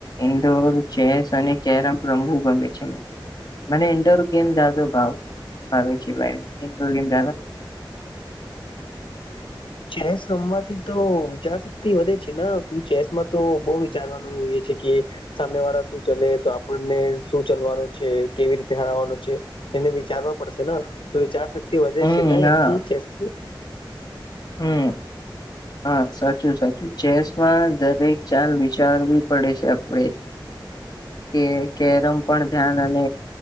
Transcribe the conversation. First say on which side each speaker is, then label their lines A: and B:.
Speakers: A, on the left (about 50°); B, on the left (about 80°).
A: ઇન્ડોર ચેસ અને કેરમ રમુ ગમે છે મને મને ઇન્ડોર ગેમ જાદો ભાવ ભાવ છે ભાઈ ઇન્ડોર ગેમદ
B: ચેસ રમવાથી તો વિચાર શક્તિ વધે છે ને ચેસમાં તો બહ વિચારવાનું એવ એ છે કે સામે વાળા શું ચલે તો આપણને શું ચાલવાનું છે કેવી રીતે હરાવવાનું છે એને વિચારવા પડશે ને તો વિચાર શક્તિ વધે
A: હમ
B: જ છે
A: હા
B: એથી ચેસથી
A: હમ હા સાચું સાચું ચેસમાં દરેક ચાલ વિચારવી પડે છે આપડે કે કેરમ પણ ધ્યાન અને